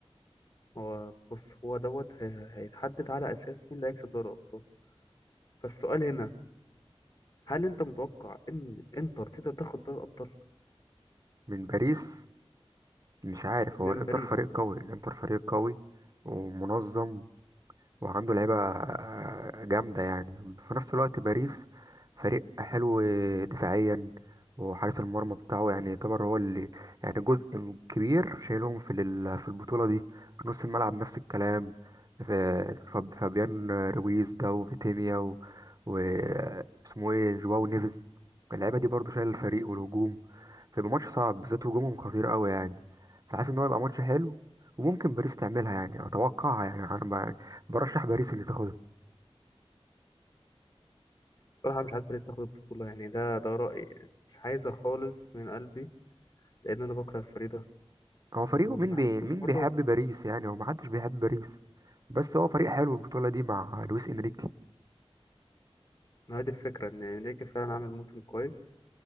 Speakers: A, on the left; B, on the right.
A: هو بص هو دوت هي- هيتحدد على اساس مين اللي هيكسب دوري الابطال فالسؤال هنا هل انت متوقع ان انتر تقدر تاخد دوري الابطال
B: من باريس مش عارف
A: من
B: هو الانتر
A: باريس
B: فريق قوي الانتر فريق قوي ومنظم وعنده لعيبة آه، جامدة يعني في نفس الوقت باريس فريق حلو دفاعيا وحارس المرمى بتاعه يعني يعتبر هو اللي يعني جزء كبير شايلهم في ال- في البطولة دي نص الملعب نفس الكلام ف- فاب- فابيان رويز ده وفيتينيا و... و... اسمه ايه جواو نيفيز اللعيبة دي برضو شايل الفريق والهجوم فيبقى ماتش صعب بالذات هجومهم خطير قوي يعني فحاسس ان هو يبقى ماتش حلو وممكن باريس تعملها يعني اتوقعها يعني انا برشح باريس اللي تاخدها
A: بصراحه مش عايز باريس تاخد البطوله يعني ده ده رايي يعني مش عايزه خالص من قلبي لان انا بكره الفريق ده
B: هو فريقه
A: وما
B: مين
A: بحبوش
B: بي... مين
A: برضه
B: بيحب باريس يعني هو محدش بيحب باريس بس هو فريق حلو البطولة دي مع لويس انريكي
A: ما هي دي الفكره ان انريكي فعلا عمل موسم كويس